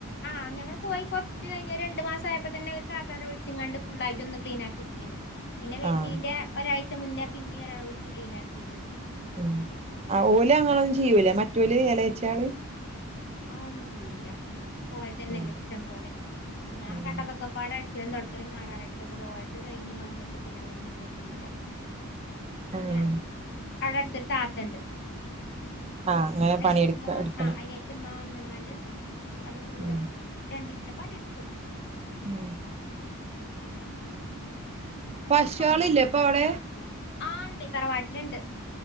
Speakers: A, on the left (about 50°); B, on the right (about 30°).
A: ആ ഞങ്ങൾ പോയി കുറച്ച് കഴിഞ്ഞ ഒരു രണ്ടു മാസം ആയപ്പോ തന്നെ ഒരു താത്താനെ വിളിച്ചിങ്ങാണ്ട് ഫുൾ ആയിട്ട് ഒന്നു ക്ളീൻ ആക്കി പിന്നെ വിരുന്നിന്റെ
B: ആഹ്
A: ഒരാഴ്ച മുന്നേ പിന്നേ ഒരാൾ വിളിച്ച് ക്ലീൻ ആക്കി നു
B: ഉം ഓൽ അങ്ങൊന്നും ചെയ്യൂല്ല മറ്റോൾ എളയച്ചാള്
A: ആ ഒന്നും ചെയ്യൂല്ല ഓൽക്ക് ഓൽ തന്നെല്ലേ
B: ആഹ്
A: ഇഷ്ടം പോലെ പിന്നെ ആ
B: ഉം
A: കണ്ടതൊക്കെ പാടേ ക്കലും തുടക്കലും മാറാലട്ടലും ഒക്കെ പോൽത് കഴിഞ് വന്നിട്ട് പിന്നെ അതൊന്നും എത്തൂല പിന്നെ
B: ആഹ്
A: അവിടെ അടുത്ത് ഒരു താത്തണ്ട്
B: ആ അങ്ങനെ
A: അയിനായിട്ട്
B: പണിയെടുക്ക
A: ഇമ്മ
B: എടുക്കണം
A: ആ അയിനായിട്ട് ഇമ്മ വന്നങ്ങാണ്ട് അത് ഫുള്ള
B: ഉം
A: രണ്ട് ദിവസത്തെ പണി എടുത്തു
B: ഉം പശു
A: ഒക്കെ
B: ആളില്ലേ ഇപ്പൊ അവിടെ
A: ആ ഇണ്ട് തറവാട്ടില്ണ്ട്